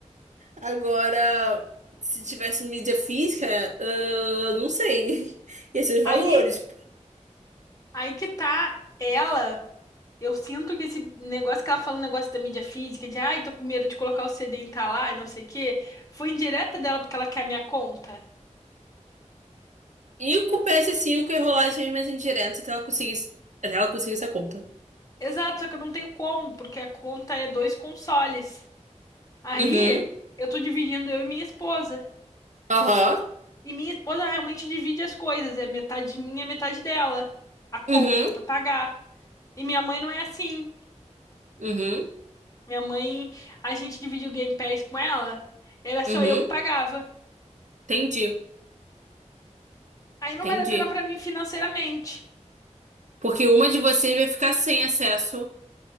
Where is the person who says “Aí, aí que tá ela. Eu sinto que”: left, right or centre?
Left